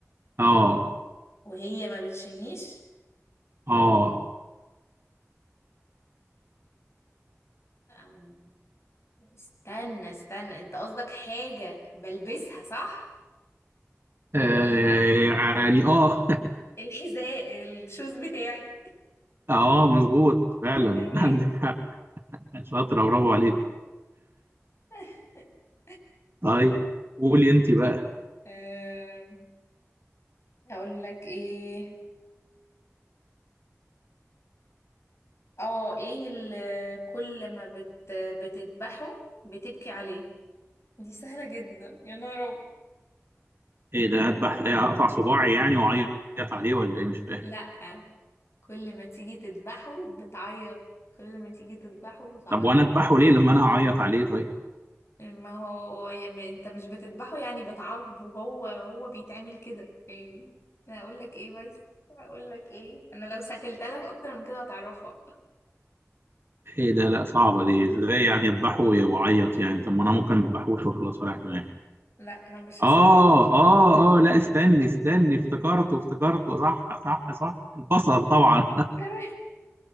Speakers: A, on the right; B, on the left.
A: اه
B: وهي ما بتشيلنيش
A: اه
B: آه، استنى استنى انت قصدك حاجة بلبسها صح؟
A: آه، يعني اه
B: الحذاء الشوز بتاعي
A: <laughs> اه مظبوط فعلا
B: تمام
A: <laughs> عندك حق شاطرة برافو عليك
B: <laughs>
A: طيب قولي انت بقى
B: أه، اقول لك ايه اه ايه اللي كل ما بت... بتذبحه بتبكي عليه دي سهلة جدا يا نهار
A: ايه ده اذبح إيه، اقطع صباعي يعني واعيط عليه ولا ايه مش فاهم
B: لأ كل ما تيجي تذبحه بتعيط كل ما تيجي تذبحه بتعيط
A: طب وانا اذبحه ليه لما انا هعيط عليه طيب
B: ما هو يعني انت مش بتذبحه يعني بتعاقبه هو هو بيتعمل كده يعني انا اقول لك ايه بس اقول لك ايه انا لو سهلت لك اكتر من كده هتعرفها
A: ايه ده لا صعبة دي ازاي يعني اذبحه واعيط يعني طب ما انا ممكن ما اذبحوش وخلاص ولا
B: لا انا مش
A: اه
B: هسهل
A: اه اه لا استني استني افتكرته افتكرته صح صح صح البصل طبعا
B: <laughs>